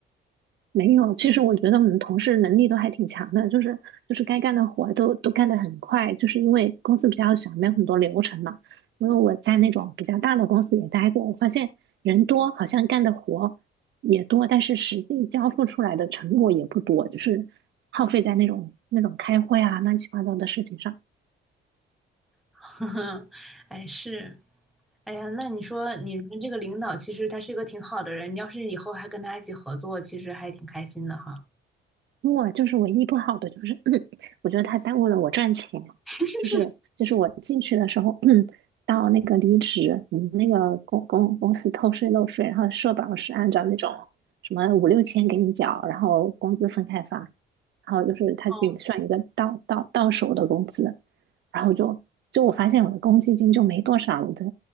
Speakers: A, on the right; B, in the centre.
A: 没有，其实我觉得我们同事能力都还挺强的，就是就是该干的活儿都都干得很快，就是因为公司比较小，没有很多流程嘛。因为我在那种比较大的公司也待过，我发现人多，好像干的活也多，但是实际交付出来的成果也不多，就是耗费在那种那种开会啊、乱七八糟的事情上。
B: <laughs> 呵呵，哎，是，哎呀，那你说你们这个领导其实他是一个挺好的人，你要是以后还跟他一起合作，其实还挺开心的哈。
A: 我就是唯一不好的就是，<clears throat> 我觉得他耽误了我赚钱。
B: <laughs>
A: 就是就是我进去的时候，<clears throat> 到那个离职，我们那个公公公司偷税漏税，然后社保是按照那种什么五六千给你缴，然后工资分开发，然后就是他给你算一个到到到手的工资，
B: 哦，
A: 然后就就我发现我的公积金就没多少，我的